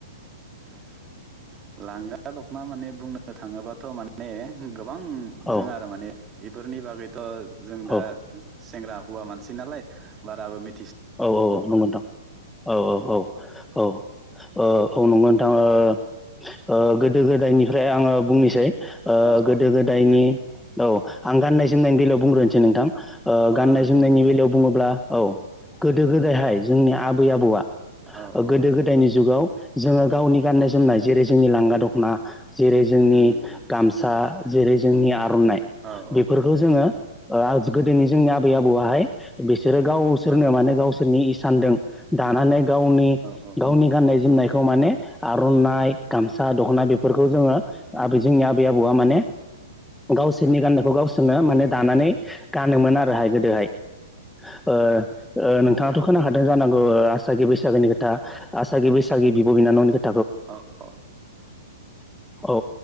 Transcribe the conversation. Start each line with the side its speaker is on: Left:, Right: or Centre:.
Right: <inaudible> लांगा दख'ना माने बुंनो थाङोबाथ' माने गोबां
Centre: औ
Right: दङ आरो माने बेफोरनि बागैथ' जों दा
Centre: औ
Right: सेंग्रा हुवा मानसि नालाय बाराबो मि
Centre: औ औ औ नंगौ नोंथां औ औ
Right: उम
Centre: औ औ ओ औ नंगोन नोंथां। ओ ओ गोदो गोदायनिफ्राय आङो बुंनोसै ओ
Right: अ
Centre: गोदो
Right: अ
Centre: गोदायनि
Right: दे बुं
Centre: औ आं गाननाय जोमनायनि बेलायाव बुंग्रोनोसै नोंथां। ओ
Right: अ
Centre: गाननाय
Right: दे
Centre: जोमनायनि
Right: बुं नोंथां
Centre: बेलायाव
Right: बुं
Centre: बुङोब्ला औ गोदो गोदायहाय जोंनि आबै आबौआ
Right: औ औ
Centre: गोदो गोदायनि जुगाव जोङो गावनि गाननाय जोमनाय जेरै जोंनि लांगा दख'ना जेरै जोंनि
Right: उम उम
Centre: गामसा जेरै जोंनि आर'नाइ
Right: औ औ उम
Centre: बेफोरखौ जोङो ओ <unintelligible> दिनै जोंनि आबै आबौआाहाय बिसोरो गावसोरनो
Right: औ
Centre: माने गावसोरनि इसानजों दानानै गावनि
Right: औ औ उम
Centre: गावनि गाननाय जोमनायखौ माने आर'नाइ गामसा दख'ना बेफोरखौ जोङो आबै
Right: उम
Centre: जोंनि
Right: उम
Centre: आबै आबौआ माने गावसोरनि गाननायखौ गावसोरनो माने दानानै गानोमोन आरोहाय गोदोहाय। ओ ओ नोंथाङाथ' खोनाखादों जानांगौ आसागि बैसागोनि खोथा आसागि बैसागि बिब' बिनानावनि खो
Right: औ औ।
Centre: औ